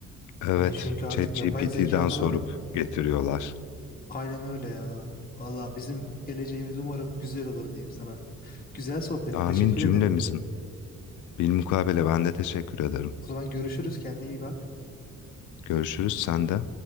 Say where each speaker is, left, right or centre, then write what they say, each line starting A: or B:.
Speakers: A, on the left; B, on the left.
A: Evet,
B: Hani çünkü artık
A: ChatGPT'den
B: yapay zekadan
A: sorup
B: arıyor.
A: getiriyorlar.
B: Aynen öyle ya. Valla bizim geleceğimiz umarım güzel olur diyeyim sana. Güzel sohbet.
A: Amin
B: Teşekkür
A: cümlemizin.
B: ederim.
A: Bilmukabele ben de teşekkür ederim.
B: O zaman görüşürüz. Kendine iyi bak.
A: Görüşürüz sen de.